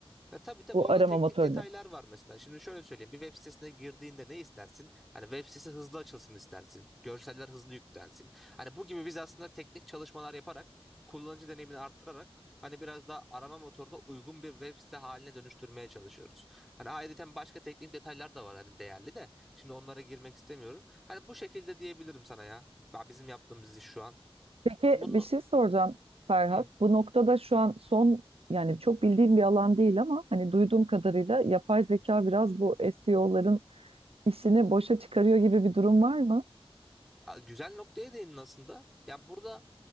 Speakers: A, in the centre; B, on the right (about 70°).
A: Ya tabii tabii
B: bu
A: orada
B: arama
A: teknik
B: motorunu?
A: detaylar var mesela. Şimdi şöyle söyleyeyim. Bir web sitesine girdiğinde ne istersin? Hani web sitesi hızlı açılsın istersin. Görseller hızlı yüklensin. Hani bu gibi biz aslında teknik çalışmalar yaparak, kullanıcı deneyimini artırarak hani biraz daha arama motoruna uygun bir web site haline dönüştürmeye çalışıyoruz. Hani ayrıca başka teknik detaylar da var hani değerli de. Şimdi onlara girmek istemiyorum. Hani bu şekilde diyebilirim sana ya. Ya Bizim yaptığımız iş şu an.
B: Peki
A: Bunu
B: bir şey soracağım Ferhat.
A: Hı.
B: Bu noktada şu an son yani çok bildiğim bir alan değil ama hani duyduğum kadarıyla yapay zeka biraz bu SEO'ların işini boşa çıkarıyor gibi bir durum var mı?
A: ya Güzel noktaya değindin aslında. Ya burada